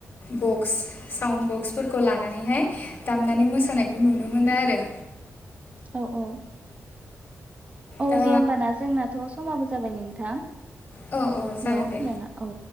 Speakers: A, on the left; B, on the right.
A: बक्स साउन्ड बक्सफोरखौ लानानैहाय दामनानै मोसानायखौ नुनो मोनो आरो।
B: औ औ औ
A: दा
B: दे होमबाना जोंनाथ समाबो जाबाय नोंथां
A: औ औ जागोन
B: हेल
A: दे
B: खोनाना औ